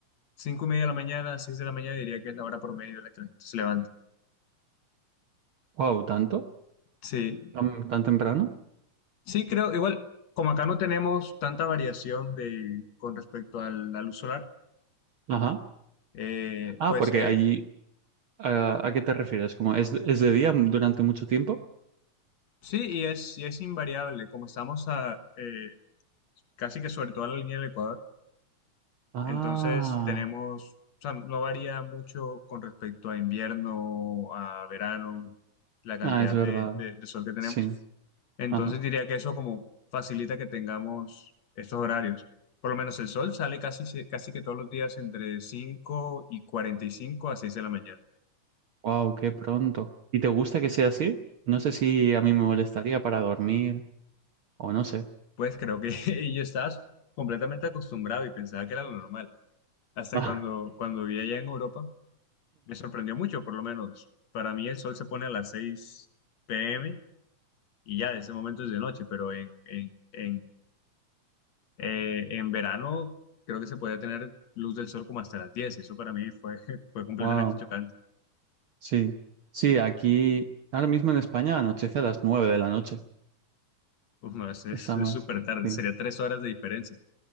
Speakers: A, on the left; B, on the right.
A: Cinco y media de la mañana, seis de la mañana diría que es la hora promedio en la que la gente se levanta.
B: Wow, ¿tanto?
A: Sí,
B: ¿Tan, tan temprano?
A: sí creo, igual, como acá no tenemos tanta variación de, con respecto al, al luz solar,
B: Ajá.
A: eh,
B: Ah,
A: pues
B: porque
A: eh,
B: allí, ah, ¿a qué te refieres? ¿Como es, es de día durante mucho tiempo?
A: sí, y es, y es invariable, como estamos a, eh, casi que sobre toda la línea del Ecuador,
B: Ah,
A: Entonces tenemos, o sea, no varía mucho con respecto a invierno, a verano, la cantidad
B: ah, es verdad,
A: de, de- de sol que tenemos.
B: sí.
A: Entonces
B: Ajá.
A: diría que eso como facilita que tengamos estos horarios. Por lo menos el sol sale casi, se- casi que todos los días entre 5 y 45 a 6 de la mañana.
B: Wow, qué pronto. ¿Y te gusta que sea así? No sé si a mí me molestaría para dormir o no sé.
A: Pues creo que <laughs> y ya estás completamente acostumbrado y pensaba que era lo normal. Hasta
B: <laughs>
A: cuando, cuando vi allá en Europa, me sorprendió mucho, por lo menos. Para mí el sol se pone a las seis p m y ya de ese momento es de noche, pero en, en, en, eh, en verano creo que se podía tener luz del sol como hasta las 10 y eso para mí fue, <laughs> fue completamente
B: Wow,
A: chocante.
B: sí. Sí, aquí ahora mismo en España anochece a las nueve de la noche.
A: Uf, no, es es-
B: Estamos.
A: es súper tarde,
B: Sí.
A: sería tres horas de diferencia.